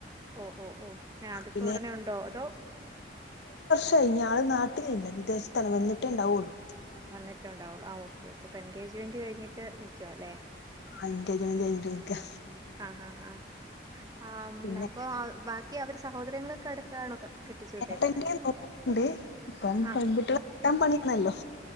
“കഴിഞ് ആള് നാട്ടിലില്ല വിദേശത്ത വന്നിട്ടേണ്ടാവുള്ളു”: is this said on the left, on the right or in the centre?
Left